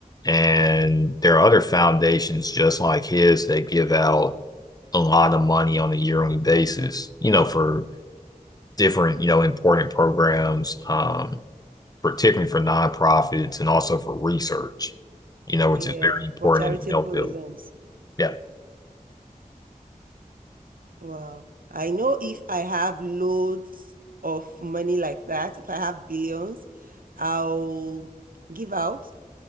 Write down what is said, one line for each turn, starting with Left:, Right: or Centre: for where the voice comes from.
Left: And there are other foundations just like his that give out a lot of money on a yearly basis, you know, for different, you know, important programs, um, particularly for nonprofits and also for research, you know, which
Right: yeah,
Left: is very important
Right: for charitable
Left: in the health field.
Right: reasons.
Left: Yeah,
Right: Wow. I know if I have loads of money like that, if I have billions, I'll give out.